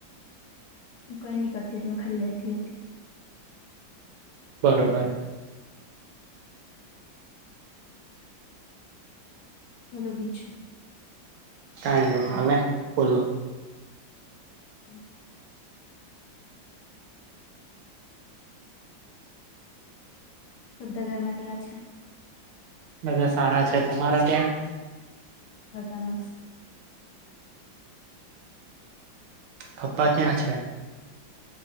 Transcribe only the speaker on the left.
હું કઈ નહી કરતી હતી. હું ખાલી બેઠી હતી.
બોલો. બીજું?
<inaudible> બદ્ધા ઘરમાં કેવા છે?
બધા મસ્ત.